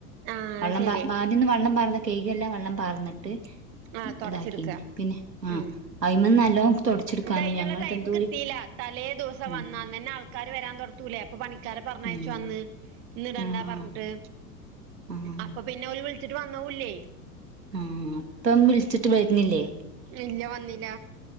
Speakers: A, on the right (about 25°); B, on the right (about 80°).
A: ആഹ്
B: വള്ളം
A: ശരി
B: ആദ്യന്ന് വെള്ളം പാർന്ന കൈക വെള്ളം പാർന്നിട്ട്
A: ആഹ് തുടച്ചിടുക്ക
B: ഇതാക്കീന് പിന്നെ ആഹ്
A: ഉം
B: അയിമന്ന് നല്ലോം തൊടച്ചെടുക്കാനുണ്ട്
A: ഇതിനുള്ള
B: ഞങ്ങൾത്
A: ടൈം
B: എന്തോര്
A: കിട്ടീയില്ല തലേ ദിവസം
B: ഉം
A: വന്നാ അങ്ങ തന്നെ ആൾക്കാര് വരാൻ തുൊടത്തൂലേ അപ്പൊ പണിക്കാരർ പറഞ്ഞാഴച്ചു
B: ഉം
A: വന്ന് ഇന്ന് ഇടണ്ടാ
B: ആഹ്
A: പറഞ്ഞിട്ട്
B: ആഹ്
A: അപ്പൊ പിന്നെ അവര് വിളിച്ചിട്ട് വന്നവുല്ലേ
B: ആഹ അപ്പം വിളിച്ചിട്ട് വരുന്നില്ലേ
A: ഇല്ല വന്നില്ല